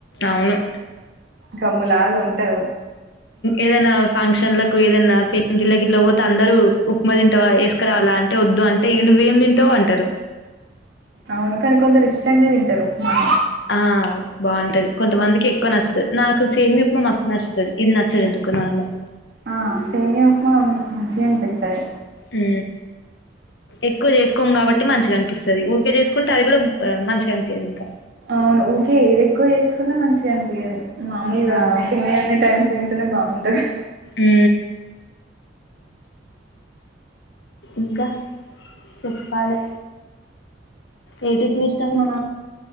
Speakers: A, on the left; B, on the right.
A: అవును
B: గమ్ములాగా ఉంటవు
A: ఏదైనా ఫంక్షన్లకు ఏదైనా పెళ్ళి గి ఇట్లా పోతే అందరూ ఉప్మా తింటవా వేసుకురావాల అంటే వద్దు అంటే ఇంకా నువ్వు ఏం తింటావు అంటారు,
B: అవును కాని కొందరు ఇష్టంగా తింటారు మ
A: ఆ బాగుంటది కొంతమందికి ఎక్కువ నచ్చుతుంది, నాకు సేమ్యా ఉప్మా మస్తు నచ్చుతుంది, ఇది నచ్చదు ఎందుకు నార్మల్
B: ఆ సేమ్యా ఉప్మా మంచిగా అనిపిస్తాది,
A: ఉ ఎక్కువ చేసుకోము కాబట్టి మంచిగా అనిపిస్తది ఊకే చేసుకుంటే అది కూడా మంచిగా అనిపియదు ఇంకా
B: అవును ఊకే ఏది ఎక్కువ చేసుకున్నా మంచిగా అనిపియది మామూలుగా
A: ఆ!
B: తినే టెంస్ తింటేనే బాగుంటది
A: ఉ ఇంకా చెప్పాలే ఏ టిఫినీస్
B: మా